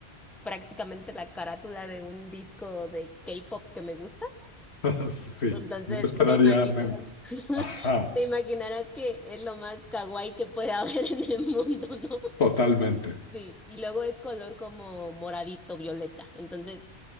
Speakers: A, in the centre; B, on the left.
A: prácticamente la carátula de un disco de K-pop que me gusta.
B: <laughs> Sí,
A: Entonces,
B: no esperaría
A: te imaginarás,
B: menos.
A: <laughs>
B: Ajá,
A: te imaginarás que es lo más kawaii que puede <laughs> haber en el mundo, ¿no?
B: totalmente.
A: Sí, y luego es color como moradito, violeta. Entonces,